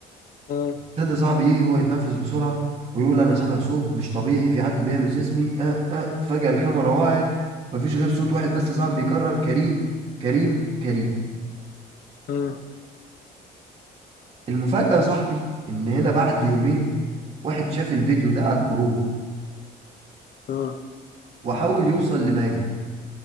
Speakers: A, on the left; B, on the right.
A: اه
B: ابتدى صاحبي ايه هو يتنفس بسرعة ويقول انا سامع صوت مش طبيعي في حد بيهمس اسمي اه اه فجأة الكاميرا وقعت مفيش غير صوت واحد بس صاحبي بيكرر كريم كريم كريم
A: اه
B: المفاجأة صاحبي ان هنا بعد يومين واحد شاف الفيديو ده على الجروب
A: اه
B: وحاول يوصل لماجد